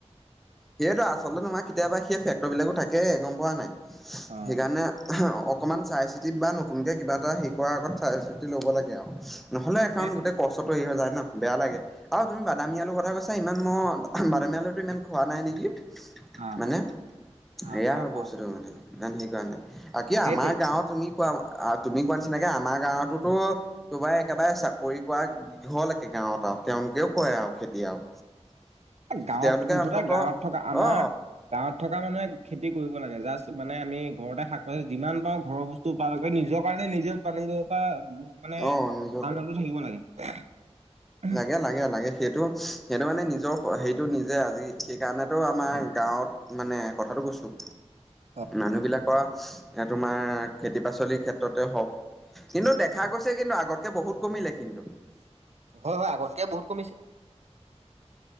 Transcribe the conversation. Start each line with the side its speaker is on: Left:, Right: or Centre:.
Centre: সেয়েতো আচলতে তোমাৰ কেতিয়াবা সেই ফেক্টৰ বিলাকো থাকে গম পোৱা নাই,
Right: অ'।
Centre: সেইকাৰণে অকণমান চাই চিতি বা নতুনকে কিবা এটা হেৰি কৰাৰ আগত চাই চিতি ল'ব লাগে আৰু নহ'লে এখন
Right: সেইটোৱে
Centre: গোটেই কষ্ট কষ্টটো হেৰি হৈ যায় ন' বেয়া লাগে, আৰু তুমি বাদামী আলুৰ কথা কৈছা, ইমান মই বাদামী আলুটো ইমান খোৱা নাই নেকি
Right: অ',
Centre: মানে,
Right: অ',
Centre: এয়া
Right: অ',
Centre: হয় বস্তুটো
Right: অ',
Centre: মানে ইমান হেৰি কৰা নাই। বাকি
Right: সেইটোৱে
Centre: আমাৰ গাঁৱত তুমি ক তুমি কোৱা নিচিনাকে আমাৰ গাঁৱততো তোমাৰ একেবাৰে চাকৰি কৰা হ'ল একে গাঁৱত আৰু তেওঁলোকেও কৰে আৰু খেতি আৰু।
Right: গাঁৱত
Centre: তেওঁলোকে
Right: মুঠতে
Centre: অন্তত
Right: গাঁৱত থকা আমাৰ
Centre: অ
Right: গাঁৱত থকা মানুহে খেতি কৰিব লাগে জাষ্ট মানে আমি ঘৰতে শাক পাচলি যিমান পাওঁ ঘৰৰ বস্তু টো পাম একে নিজৰ কাৰণে নিজে উৎপাদন কৰিব পৰা মানে
Centre: অ নিজৰ
Right: আনন্দ থাকিব লাগে।
Centre: লাগে লাগে লাগে, সেইটো সেইটো মানে নিজৰ সেইটো নিজে, আজি সেইকাৰণেতো আমাৰ গাঁৱত মানে কথাটো কৈছোঁ।
Right: <inaudible>
Centre: মানুহবিলাকৰ এ, তোমাৰ খেতি পাচলিৰ ক্ষেত্ৰ ত'তেই হ'ক কিন্তু দেখা গৈছে কিন্তু আগতকে বহুত কমিলে। কিন্তু
Right: হয় হয় আগতকে বহুত কমিছে।